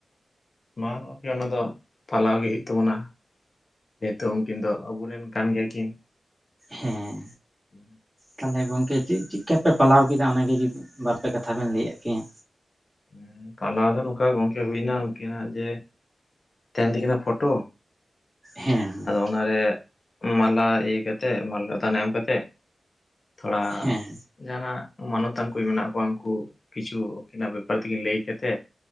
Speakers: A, on the left; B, in the centre.
A: ᱵᱟᱝ ᱜᱚᱢᱠᱮ ᱚᱱᱟ ᱫᱚ ᱯᱟᱞᱟᱣ ᱜᱮ ᱦᱳᱭᱳᱜ ᱛᱟᱵᱚᱱᱟ ᱦᱮᱸ ᱛᱷᱚ ᱩᱱᱠᱤᱱ ᱫᱚ ᱟᱵᱚᱨᱮᱱ ᱠᱟᱱ ᱜᱮᱭᱟ ᱠᱤᱱ
B: ᱦᱮᱸ
A: <inaudible>
B: ᱛᱟᱦᱚᱞᱮ ᱜᱚᱢᱠᱮ ᱪᱮᱫ ᱪᱮᱫ ᱠᱟ ᱯᱮ ᱯᱟᱞᱟᱣ ᱠᱮᱫᱟ ᱚᱱᱟ ᱜᱮ ᱡᱩᱫᱤ ᱵᱟᱨ ᱯᱮ ᱠᱟᱛᱷᱟ ᱵᱮᱱ ᱞᱟᱹᱭᱟᱜ ᱠᱮᱭᱟ?
A: ᱦᱮᱸ ᱯᱟᱞᱟᱣ ᱫᱚ ᱱᱚᱝᱠᱟ ᱜᱚᱢᱠᱮ ᱦᱩᱭᱱᱟ ᱩᱱᱠᱤ ᱱᱟᱜ ᱡᱮ ᱛᱟᱦᱮᱱ ᱛᱤᱠᱤᱱᱟ ᱯᱷᱳᱴᱳ
B: ᱦᱮᱸ ᱦᱮᱸ
A: ᱚᱱᱟ ᱨᱮ ᱢᱟᱞᱟ ᱤᱭᱟᱹ ᱠᱟᱛᱮᱜ ᱢᱟᱞᱟ ᱮᱢᱟᱱ ᱫᱟᱱ ᱮᱢ ᱠᱟᱛᱮᱜ ᱛᱷᱚᱲᱟ
B: ᱦᱮᱸ
A: ᱡᱟᱦᱟᱱᱟᱜ ᱢᱟᱱᱚᱛᱟᱱ ᱠᱚ ᱢᱮᱱᱟᱜ ᱠᱚᱣᱟ ᱩᱱᱠᱩ ᱠᱤᱪᱷᱩ ᱩᱱᱠᱤᱱᱟᱜ ᱛᱮᱜᱮ ᱞᱟᱹᱭ ᱠᱟᱛᱮ